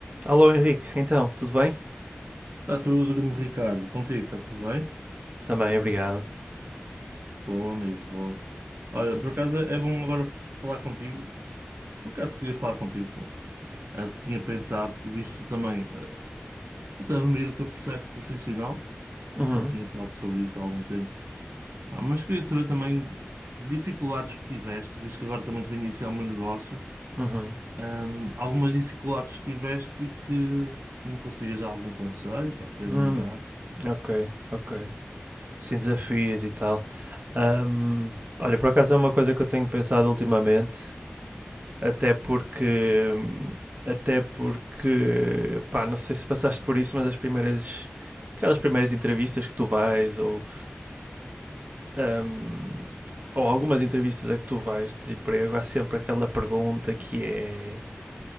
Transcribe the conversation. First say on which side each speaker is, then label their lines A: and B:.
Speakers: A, on the right; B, on the right.
A: Alô Henrique, então, tudo bem?
B: Está tudo, grande Ricardo. Contigo, está tudo bem?
A: Também, obrigado.
B: Boa, amigo, boa. Olha, por acaso é bom agora falar contigo. Por acaso queria falar contigo, pronto. Ah, tinha pensado que visto tu também uh, a ver o teu processo profissional. Pronto,
A: Uhum,
B: já tinha falado sobre isso há algum tempo. Ah, mas queria saber também dificuldades que tiveste, visto que agora também estou a iniciar o meu negócio.
A: uhum.
B: Ahm, algumas dificuldades que tiveste e que me consigas dar algum conselho pá, para eu
A: Hum,
B: melhorar.
A: ok, ok. Sim, desafios e tal. Ahm, olha, por acaso é uma coisa que eu tenho pensado ultimamente, até porque, até porque, pá, não sei se passaste por isso, mas as primeiras, aquelas primeiras entrevistas que tu vais, ou, ahm, ou algumas entrevistas a que tu vais de emprego, há sempre aquela pergunta que é